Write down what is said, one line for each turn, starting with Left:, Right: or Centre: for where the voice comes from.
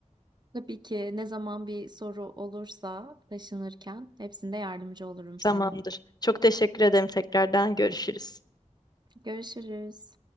Right: Tabii ki ne zaman bir soru olursa taşınırken hepsinde yardımcı olurum
Left: Tamamdır.
Right: sana.
Left: Çok teşekkür ederim tekrardan. Görüşürüz.
Right: Görüşürüz.